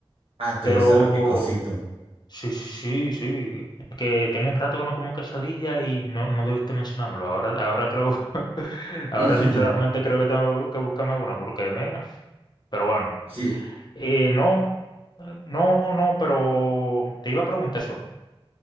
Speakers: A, on the right; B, on the left.
A: Ah, ¿te
B: Pero
A: gusta lo picosito?
B: Sí, sí, sí, sí. Es Que tengo un rato que no como quesadilla y no, no debiste mencionármelo. Ahora, ahora creo, <laughs> ahora
A: <laughs>
B: sinceramente creo que tengo que buscarme una porque mira, pero bueno.
A: Sí,
B: Eh, no, no, no, pero te iba a preguntar eso,